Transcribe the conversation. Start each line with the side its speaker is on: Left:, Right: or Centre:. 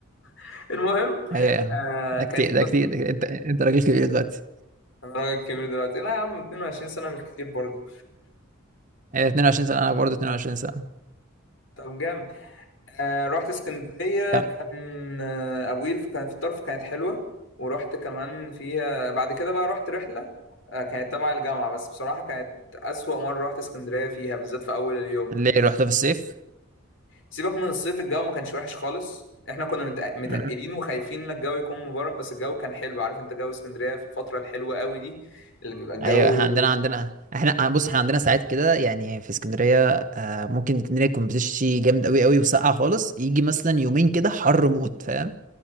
Left: <laughs> المهم
Right: هي
Left: آه
Right: ده
Left: كانت
Right: كتير ده كتير ده كتير. انت انت راجل كبير دلوقتي
Left: انا راجل كبير دلوقتي لا يا عم 22 سنة مش كتير برضه
Right: هي 22 سنه انا برضه 22 سنه
Left: طب جامد آه، رحت اسكندرية
Right: كم
Left: كان آه، أبو قير كان في الطرف كانت حلوة ورحت كمان فيها بعد كده بقى رحت رحلة آه، كانت تبع الجامعة بس بصراحة كانت أسوأ مرة رحت اسكندرية فيها بالذات في أول اليوم
Right: ليه رحت في الصيف
Left: سيبك من الصيف الجو ما كانش وحش خالص احنا كنا متق- متقلين
Right: امم
Left: وخايفين ان الجو يكون مبرد بس الجو كان حلو عارف انت جو اسكندرية في الفترة الحلوة قوي دي اللي بيبقى الجو
Right: ايوه احنا عندنا عندنا احنا بص احنا عندنا ساعات كده يعني في اسكندريه آه ممكن اسكندريه يكون بتشتي جامد قوي قوي وسقعه خالص يجي مثلا يومين كده حر موت فاهم